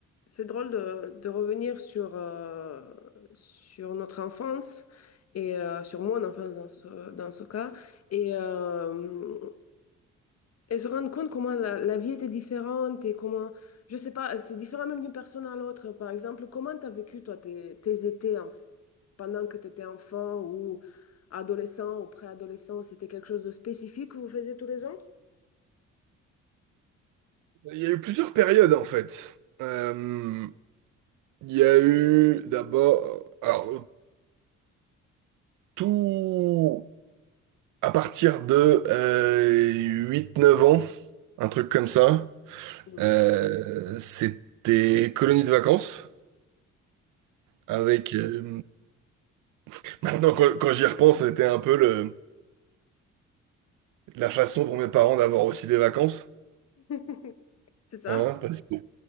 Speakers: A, on the left (about 55°); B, on the right (about 90°).
A: C'est drôle de, de revenir sur, euh, sur notre enfance et euh, sur mon enfance dans ce, dans ce cas et, euh, et se rendre compte comment la, la vie était différente et comment, je sais pas, c'est différent même d'une personne à l'autre. Par exemple, comment tu as vécu toi tes, tes étés en- pendant que tu étais enfant ou adolescent ou préadolescent? C'était quelque chose de spécifique que vous faisiez tous les ans?
B: Il y a eu plusieurs périodes en fait. Euh, il y a eu d'abord, alors tout à partir de euh, huit neuf ans, un truc comme ça,
A: Mhm.
B: euh, c'était colonie de vacances avec, euh, <laughs> maintenant quand, quand j'y repense, c'était un peu le, la façon pour mes parents d'avoir aussi des vacances.
A: <laughs> C'est ça?
B: Hein, parce que